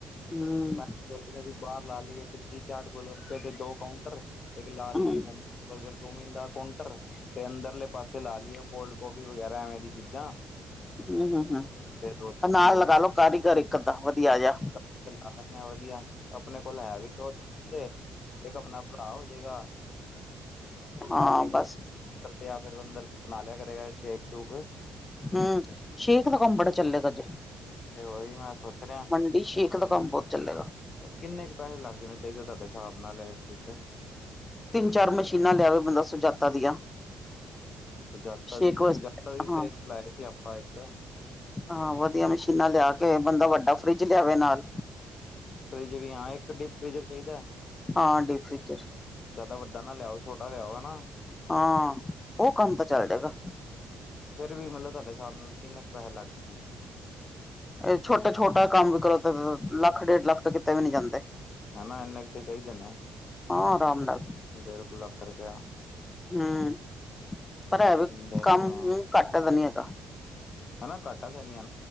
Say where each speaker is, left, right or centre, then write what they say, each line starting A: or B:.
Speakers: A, on the left (about 20°); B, on the left (about 45°).
A: ਹੂੰ
B: ਮੈਂ ਸੋਚ ਰਿਹਾ ਸੀ ਬਾਹਰ ਲਾ ਲਈਏ ਟਿੱਕੀ, ਚਾਟ ਗੁਲ ਗਪਪੇ ਦੇ ਦੋ ਕਾਊਂਟਰ, ਇੱਕ ਲਾ
A: ਹੂੰ
B: ਲਈਏ ਮੋਮੋ। ਬਰਗਰ, ਚੌਮੀਨ ਦਾ ਕਂਟਰ। ਤੇ ਅੰਦਰਲੇ ਪਾਸੇ ਲਾ ਲਓ, ਕੋਲਡ ਕੌਫੀ ਵਗੈਰਾ ਐਵੇਂ ਦੀ ਚੀਜ਼ਾਂ।
A: ਹੂੰ ਹੂੰ ਹੂੰ,
B: ਤੇ ਦੋ ਚਾਰ
A: ਨਾਲ
B: ਬੰਦਿਆਂ
A: ਲਗਾਾਲੋ
B: ਦੀ
A: ਕਾਰੀਗਰ ਇੱਕ ਅੱਧਾ ਵਧੀਆ ਜਿਹਾ।
B: <unintelligible> ਲੈਂਦੇ ਆ ਵਧੀਆ ਆਪਣੇ ਕੋਲ ਹੈ ਵੀ ਦੋ ਤਿੰਨ ਬੰਦੇ। ਇੱਕ ਆਪਣਾ ਭਰਾ ਹੋਜੇਗਾ। <unintelligible>
A: ਹਾਂ
B: ਅੰਦਰ
A: ਬਸ
B: ਆ ਫਿਰ ਅੰਦਰ ਬਣਾ ਲਿਆ ਕਰੇਗਾ ਸ਼ੇਕ ਸ਼ੂਕ।
A: ਹੂੰ, ਸ਼ੇਖ ਦਾ ਕੰਬੜਾ ਚੱਲੇਗਾ ਜੇ।
B: ਤੇ ਉਹੀ ਮੈਂ ਸੋਚ ਰਿਹਾ
A: ਨੀ ਸ਼ੇਖ ਦਾ ਕੰਮ ਬਹੁਤ ਚੱਲੇਗਾ।
B: ਕਿੰਨੇ ਕੁ ਪੈਸੇ ਲੱਗ ਜਾਣੇ ਚਾਹੀਦੇ, ਤੁਹਾਡੇ ਹਿਸਾਬ ਨਾਲ ਇਸ ਵਿੱਚ?
A: ਤਿੰਨ-ਚਾਰ ਮਸ਼ੀਨਾਂ ਲਿਆਵੇ ਬੰਦਾ ਸੁਜਾਤਾ ਦੀਆਂ।
B: ਸੁਜਾਤਾ
A: ਸ਼ੇਕ
B: ਦੀ
A: ਵਾਸਤੇ
B: ਸੁਜਾਤਾ ਦੀ
A: ਹਾਂ
B: ਤੇ ਲਾਏ ਸੀ ਆਪਾਂ ਇੱਕ।
A: ਹਾਂ, ਵਧੀਆ ਮਸ਼ੀਨਾਂ ਲਿਆ ਕੇ ਬੰਦਾ ਵੱਡਾ ਫਰਿਜ ਲਿਆਵੇ ਨਾਲ।
B: ਫਰਿਜ ਵੀ, ਹਾਂ ਇੱਕ ਡੀਪ ਫ੍ਰਿਜਰ ਚਾਹੀਦਾ।
A: ਹਾਂ, ਡੀਪ ਫ੍ਰਿਜਰ।
B: ਜਿਆਦਾ ਵੱਡਾ ਨਾ ਲਿਆਓ, ਛੋਟਾ ਲਿਆਓ, ਹਨਾ?
A: ਹਾਂ, ਉਹ ਕੰਮ ਤਾਂ ਚੱਲ ਜੇਗਾ।
B: ਫੇਰ ਵੀ ਮਤਲਬ, ਤੁਹਾਡੇ ਹਿਸਾਬ ਨਾਲ ਕਿੰਨੇ ਕੁ ਪੈਸੇ ਲੱਗ ਜਾ ਨੇ?
A: ਇਹ ਛੋਟਾ-ਛੋਟਾ ਕੰਮ ਵੀ ਕਰੋ ਤੇ ਲੱਖ ਡੇਢ ਲੱਖ ਤਾ ਕਿਤੇ ਵੀ ਨੀ ਜਾਂਦੇ!
B: ਹਨਾ ਇੰਨੇ ਕ ਤੇ ਚਾਹੀਦੇ ਨੇ
A: ਹਾਂ ਆਰਾਮ ਨਾਲ
B: ਡੇਢ ਕੁ ਲੱਖ ਰੁਪਇਆ।
A: ਹੂੰ, ਪਰ ਹੈ ਵੀ
B: ਦੇਖਣਾ
A: ਕੰਮ ਘੱਟ ਦਾ ਨੀ ਹੈਗਾ।
B: ਹਨਾ ਘਾਟਾ ਤਾਂ ਨੀ ਹੈ